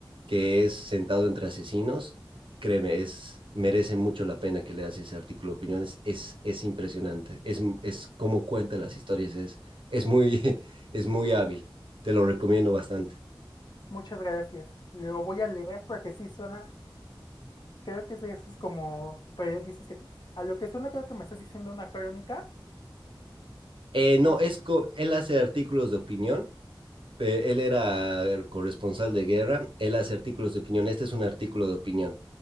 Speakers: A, on the right; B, on the left.
A: que es Sentado entre asesinos. Créeme, es merece mucho la pena que leas ese artículo de opinión. Es, es, es impresionante. Es, es cómo cuenta las historias. Es, es muy, <laughs> es muy hábil. Te lo recomiendo bastante.
B: Muchas gracias. Lo voy a leer porque sí suena, Creo que es de esos como periodistas que... te- A lo que suena creo que me estás diciendo una crónica.
A: Eh, no,
B: No sé.
A: es co- él hace artículos de opinión eh, él era el corresponsal de guerra, él hace artículos de opinión, este es un artículo de opinión,